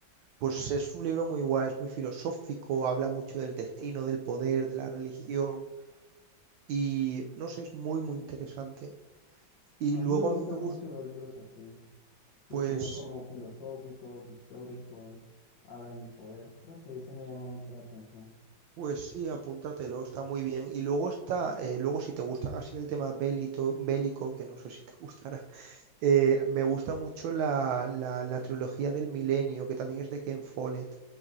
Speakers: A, on the right (about 75°); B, on the left (about 65°).
A: Pues es un libro muy guay, es muy filosófico, habla mucho del destino, del poder, de la religión y no sé, es muy, muy interesante. Y
B: A
A: luego
B: mí me gustan
A: a mí me gusta,
B: mucho los libros así, que
A: pues,
B: son como filosóficos, históricos, hablan del poder. Creo que ese me llama mucho la atención.
A: pues sí, apúntatelo, está muy bien. Y luego está, eh, luego si te gustan así el tema bélito, bélico, que no sé si te gustará, <laughs> eh, me gusta mucho la, la, la trilogía del Milenio, que también es de Ken Follett,